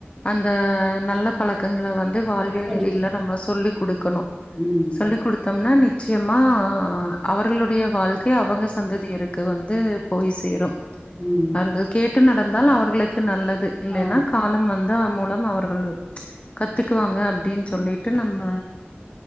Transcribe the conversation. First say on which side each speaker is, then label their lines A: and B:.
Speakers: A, on the left; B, in the centre.
A: அந்த நல்ல பழக்கங்கள வந்து து வாழ்வியல்
B: சொல்லிக்கோ
A: நெறிகள நம்ம சொல்லி் குடுக்கணு
B: ம்
A: சொல்லிக்
B: கரெக்ட்
A: குடுத்தோம்னா நி நிச்சயமா அவர்களுடைய வாழ்க்கை அவங்க சந்ததியருக்கு வந்து போய் சேரும்
B: ம்
A: அவர்கள் கேட்டு நடந்தால் அவர்களுக்கு நல்லது இல்லைன்னா
B: ஆமா
A: காலம் வந்து தா மூலம் அவர்கள் கத்துக்குவாங்க அப்டின் சொல்லிட்டு நம்ம
B: ம்